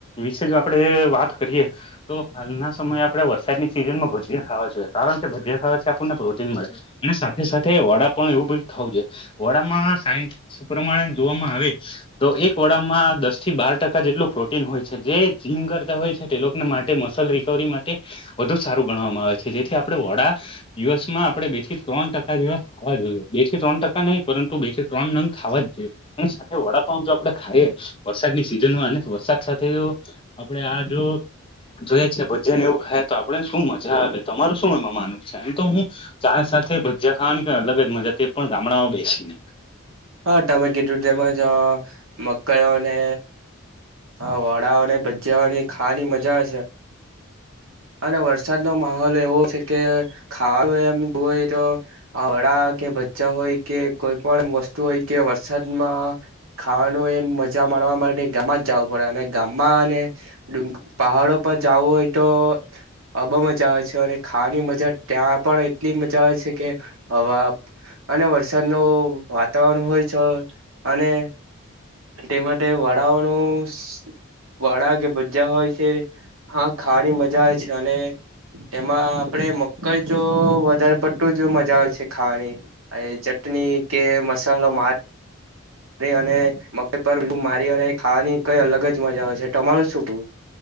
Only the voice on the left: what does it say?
વિશે જો આપડે વાત કરીએ તો હાલના સમય આપડે વરસાદની સિઝન માં બ ખાવા જોઈએ કારણ કે બધ ખાવાથી આપણને પ્રોટીન મળે અને સાથે સાથે વડા પણ એવું બ ખાવું જોઈએ <unintelligible> વડામાં સાય પ્રમાણે જોવામાં આવે તો એક વડામાં દસ થી બાર ટકા જેટલું પ્રન હોય છે જે જીમ કરતા હોય છે તે લોકોને માટે મસલ રિકવરી માટે વધુ સારું. ગણ આવે છે જેથી આપણે વડા દિવસમાં આપણે બે થી ત્રણ ટકા દિવસ ખવા જોઈએ બે થી ત્રણ ટકા ન પરંતુ બેથી ત્રણ નંગ ખાવા જ છે સાથે વડાપા જો આપડે ખાઈએ વરસાદની સિઝન અને વરસાદ સાથે જો આપડે આ જો. જોય છે ભજન એવું ખાય તો આપડે શું મજા આવે તમારું શું એમાં માનવું છે એમ તો હું. ચ સાથે ભજીયા ખાવાની ક અલગ જ મજા તે પણ ગામડામાં બેસીને